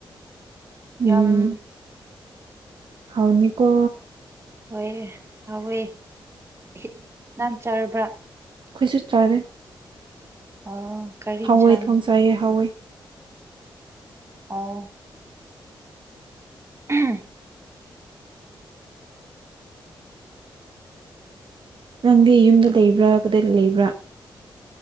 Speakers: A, on the right; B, on the right.
A: ꯌꯥꯝ
B: ꯎꯝ ꯍꯥꯎꯅꯤꯀꯣ
A: ꯍꯣꯏ ꯍꯥꯎꯋꯦ ꯍꯤ ꯅꯪ ꯆꯥꯔꯕ꯭ꯔꯥ
B: ꯈꯨꯏꯁꯨ ꯆꯥꯔꯦ
A: ꯑꯥ ꯀꯔꯤ
B: ꯍꯋꯥꯏ
A: ꯏꯟꯁꯡ
B: ꯊꯣꯡ ꯆꯥꯏꯌꯦ ꯍꯎꯋꯤ
A: ꯑꯥꯎ ꯑꯍꯝ
B: ꯅꯪꯗꯤ ꯌꯨꯝꯗ ꯂꯩꯕ꯭ꯔꯥ ꯀꯗꯥꯏꯗ ꯂꯩꯕ꯭ꯔꯥ